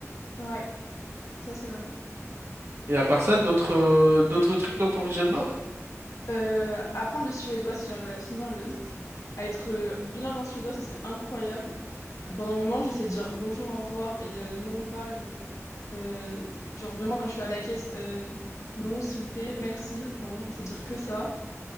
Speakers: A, on the left; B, on the right.
A: Ouais, ça c'est vrai.
B: Et à part ça, d'autres, euh, d'autres trucs dans ton vision board?
A: Euh, apprendre le suédois, si j'arrive à finir le... à être euh, bilingue en suédois, ce serait incroyable. Pendant le moment, je sais dire bonjour, au revoir et euh, non pas le... euh, genre vraiment quand je suis à la caisse, euh, non, s'il vous plaît, merci. Vraiment, je sais dire que ça.